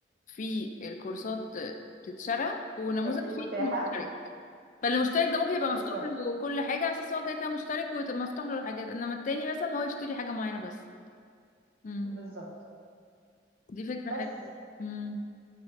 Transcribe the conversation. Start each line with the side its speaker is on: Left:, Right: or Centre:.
Left: فيه الكورسات آه، تتشرى ونموذج
Right: المتاحه
Left: فيه المشترك فالمشترك ده ممكن يبقى
Right: بالظبط
Left: مفتوح له كل حاجه على اساس هو كده كده مشترك ومفتوح له الحاجات انما التاني مثلا هو يشتري حاجه معينه بس امم
Right: بالظبط
Left: دي فكره
Right: بس
Left: حلوه امم